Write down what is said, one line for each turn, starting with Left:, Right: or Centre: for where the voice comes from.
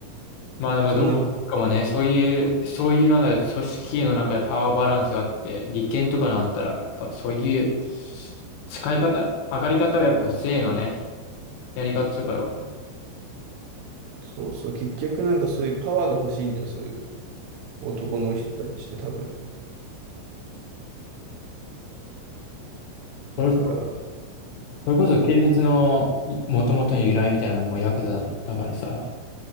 Left: まあでもどこかもね、
Right: そんなこと、
Left: そういう、そういうなんだろう、組織の中でパワーバランスがあって、利権とかのあったら、やっぱそういう使い方、上がり方はやっぱ性のね、やり方とかはね、
Right: そうそう、結局なんかそういうパワーが欲しいんじゃん、そういう男の人たちって多分。
Left: それそ
Right: だから、
Left: れこそ警察のもともとの由来みたいなのもヤクザだからさ、